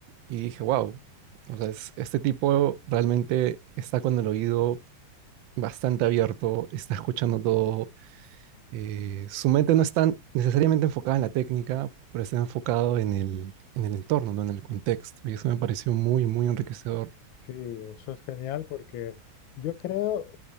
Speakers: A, on the right; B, on the left.
A: Y dije, wow, o sea, es- este tipo realmente está con el oído bastante abierto, está escuchando todo, eh, su mente no está necesariamente enfocada en la técnica, pero está enfocado en el, en el entorno, ¿no? En el contexto, y eso me pareció muy, muy enriquecedor.
B: Sí, eso es genial porque yo creo,